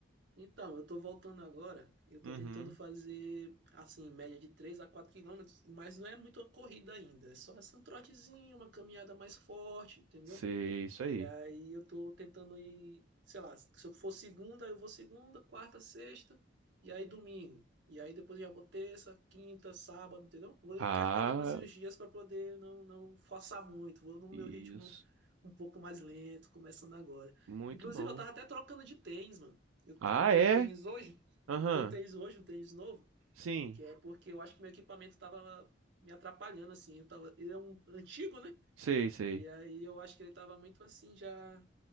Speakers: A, on the right; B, on the right.
A: Então, eu tô voltando agora, eu tô
B: Uhum.
A: tentando fazer, assim, média de 3 a 4 quilômetros, mas não é muito a corrida ainda, é só assim, um trotezinho, uma caminhada mais forte, entendeu?
B: Sei, isso
A: E
B: aí.
A: aí eu tô tentando ir, sei lá, se eu for segunda, eu vou segunda, quarta, sexta, e aí domingo. E aí depois eu já vou terça, quinta, sábado, entendeu? Vou
B: Ah,
A: intercalando assim os dias para poder não, não forçar muito. Vou no
B: isso.
A: meu ritmo um pouco mais lento, começando agora.
B: Muito
A: Inclusive,
B: bom.
A: eu tava até trocando de tênis, mano. Eu
B: Ah,
A: comprei
B: é?
A: um tênis hoje,
B: Aham.
A: comprei um tênis hoje, um tênis novo,
B: Sim.
A: que é porque eu acho que meu equipamento tava me atrapalhando, assim. Eu tava, ele é um antigo, né?
B: Sei, sei.
A: E aí eu acho que ele tava muito assim, já